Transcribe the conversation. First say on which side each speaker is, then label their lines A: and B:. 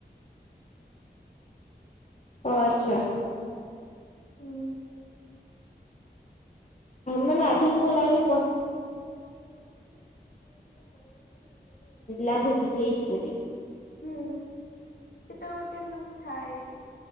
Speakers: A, on the left (about 40°); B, on the left (about 65°).
A: ଓ ଆଚ୍ଛା।
B: ହୁଁ।
A: ମାନେ ଆଧ୍ୟା ମାନେ ଲାଗୁଚି ହେଇଛି ବୋଲି
B: ହୁଁ ସେଟା ଗୋଟେ ମାନେ ଥାଏ